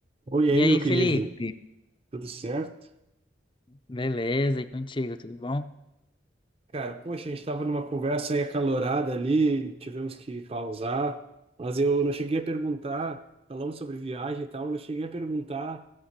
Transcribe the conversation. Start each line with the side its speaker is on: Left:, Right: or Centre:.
Right: Oi, aí,
Left: E
Right: meu
Left: aí,
Right: querido.
Left: Felipe?
Right: Tudo certo?
Left: Beleza, e contigo, tudo bom?
Right: Cara, poxa, a gente estava numa conversa aí acalorada ali, tivemos que pausar, mas eu não cheguei a perguntar, falamos sobre viagem e tal, eu não cheguei a perguntar